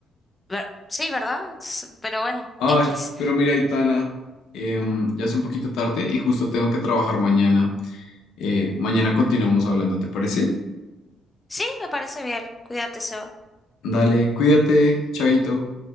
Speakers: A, on the left (about 20°); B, on the left (about 85°).
A: ver- sí, ¿verdad? S- Pero bueno,
B: Ay,
A: X.
B: pero mira, Itana, em, ya es un poquito tarde y justo tengo que trabajar mañana. Eh, mañana continuamos hablando, ¿te parece?
A: Sí, me parece bien. Cuídate, Seba.
B: Dale, cuídate, chaito.